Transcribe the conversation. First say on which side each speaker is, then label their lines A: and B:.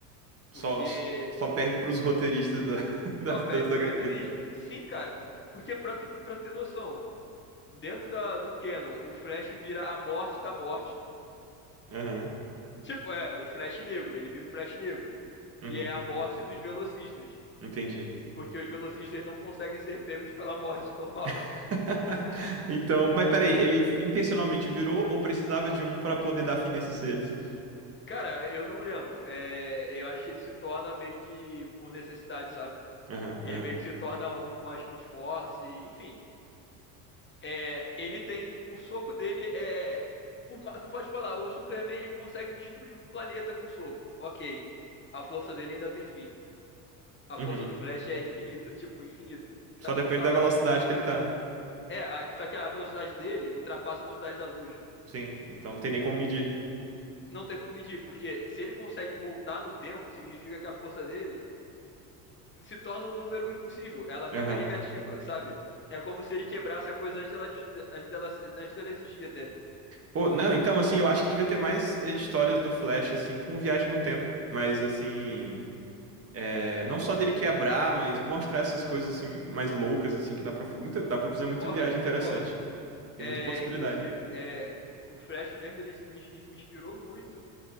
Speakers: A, on the left (about 25°); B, on the right (about 30°).
A: porque
B: Só, só, só perde pros roteiristas da, <laughs> das,
A: só pede
B: das
A: pro
B: HQs.
A: roteirista. Sim, cara, porque pra tu, pra ter noção, dentro da, do canon, o Flash vira a morte da morte.
B: Aham,
A: Tipo, é, o Flash negro, ele vira o Flash negro.
B: uhum,
A: que é a morte dos velocistas.
B: entendi.
A: Porque os velocistas não conseguem ser pegos pela morte normal.
B: <laughs> Então, mas peraí, ele intencionalmente virou ou precisava de um pra poder dar fim nesses seres?
A: Cara, eu não lembro. É, eu acho que ele se torna meio que por necessidade, sabe?
B: Aham,
A: Ele
B: aham.
A: meio que se torna um com a Speed Force, e, enfim. É, ele tem. O soco dele é. por ma- tu pode falar, o Superman ele consegue destruir um planeta com soco. Ok. A força dele ainda tem fim. A
B: Uhum.
A: força do Flash é infinita, tipo, infinito.
B: Só
A: Sabe
B: depende
A: o tamanho
B: da velocidade
A: do infinito?
B: que ele tá, né?
A: É, a- só que a velocidade dele ultrapassa a velocidade da luz.
B: Sim, então não tem nem como medir.
A: não tem como medir, porque se ele consegue voltar no tempo, significa que a força dele se torna um número impossível, ela fica
B: Aham.
A: negativa, sabe? É como se ele quebrasse a coisa antes dela, antes dela, antes dela existir até.
B: Pô, não, então, assim, eu acho que devia ter mais eh, histórias do Flash, assim, com viagem no tempo. Mas, assim, eh, não só dele quebrar, mas mostrar essas coisas, assim, mais loucas, assim, que dá pra, fazer muita, dá pra fazer
A: Concordo,
B: muita viagem
A: concordo.
B: interessante. Tem
A: É,
B: muita possibilidade.
A: inclusive, é, o Flash mesmo ele me, me inspirou muito